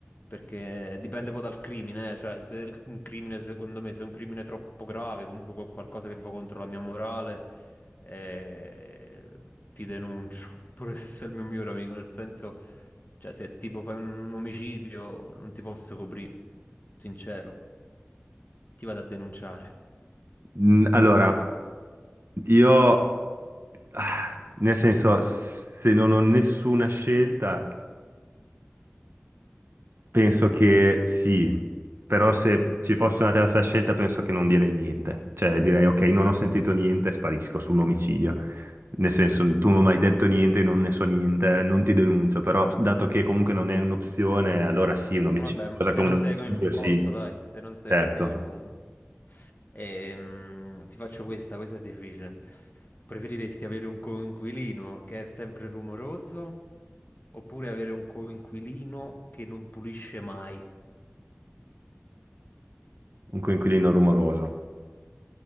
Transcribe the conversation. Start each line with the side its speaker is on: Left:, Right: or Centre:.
Left: Perché dipende poi dal crimine, eh. cioè se il- un crimine, secondo me, se è un crimine troppo grave, comunque qual- qualcosa che va contro la mia morale, eh, ti denuncio, <laughs> pure se sei il mio migliore amico, nel senso, cioè se tipo fai un omicidio, non ti posso coprire, sincero, ti vado a denunciare.
Right: Mm, Allora, io, ah, nel senso, se non ho nessuna scelta... Penso che sì, però se ci fosse una terza scelta penso che non direi niente, cioè direi ok, non ho sentito niente, sparisco su un omicidio, nel senso tu non mi hai detto niente, io non ne so niente, non ti denuncio, però dato che comunque non è un'opzione, allora sì, un omicidio,
Left: Vabbè,
Right: cosa
Left: se
Right: come
Left: non
Right: un
Left: sei
Right: omicidio,
Left: coinvolto,
Right: sì,
Left: dai, se non sei
Right: certo,
Left: coinvolto. Ehm, ti faccio questa, questa è difficile. Preferiresti avere un coinquilino che è sempre rumoroso oppure avere un coinquilino che non pulisce mai?
Right: un coinquilino rumoroso.